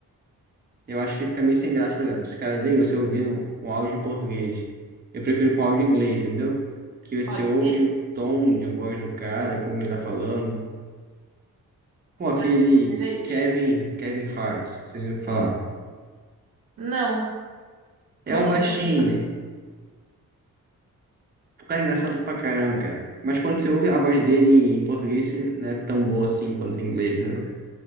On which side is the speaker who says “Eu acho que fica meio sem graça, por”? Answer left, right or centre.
Right